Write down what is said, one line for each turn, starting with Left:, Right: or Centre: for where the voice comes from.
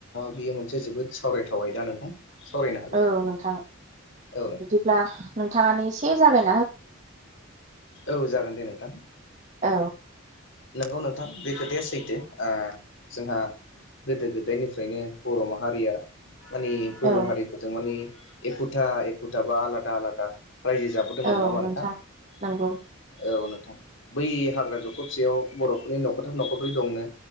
Left: बेयो मोनसे जोबोद सावरायथाव आयदा नोंथां। सावरायनो हागोन
Right: औ नोंथां
Left: औ नोंथां
Right: बिदिब्ला नोंथाङानो एसे जागाय
Left: औ जागोन दे नोंथां।
Right: औ।
Left: नोंगौ नोंथां बे खोथाया सैथो ओ जोंहा गोदो गोद दायनिफ्रायनो बर' माहारिया माने गुबुन
Right: औ
Left: हारिफोरजों माने एखुथा एखुथाबा आलादा आलादा रायजो जाबोदोंमोन
Right: औ
Left: नाङामा
Right: नोंथां
Left: होमबा नोंथां
Right: नंगौ
Left: औ नों थां बै हाग्रा जखबसेयाव बर'फोरनि न'खरथाम न'खरब्रै दंनो